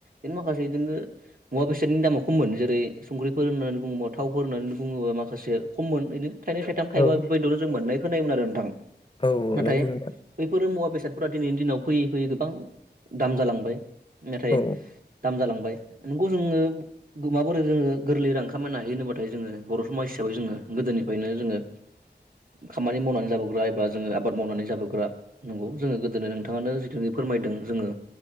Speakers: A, on the right (about 50°); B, on the left (about 30°).
A: बिनो माखासे बिदिनो मुवा बेसादनि दामा खममोन। जेरै संख्रिफोर होननानै बुङोब्ला थावफोर होननानै बुङोबा माखासे खममोन एनो। थाइनै थाइथाम थाइबा
B: औ
A: बेफोरबायदिल' जों मोननाय खोनायोमोन आरो नोंथां।
B: औ
A: नाथाय
B: नोंजों
A: बैफोर मुवा बेसादफोरा दिनैनि दिनाव फैयै फैयै गोबां दाम जालांबाय। नाथाइ
B: औ
A: दाम जालांबाय नंगौ जोंनो माबोरै जोङो गोरलै रां खामायनो हायो होनोबाथाय जोङो बर' समाज हिसाबै जोङो गोदोनिफ्रायनो जोङो खामानि मावनानै जाबोग्रा एबा जोङो आबाद मावनानै जाबो ग्रा नंगौ जोङो गोदोननो नोंथाङानो जिथुखि फोरमायदों जोङो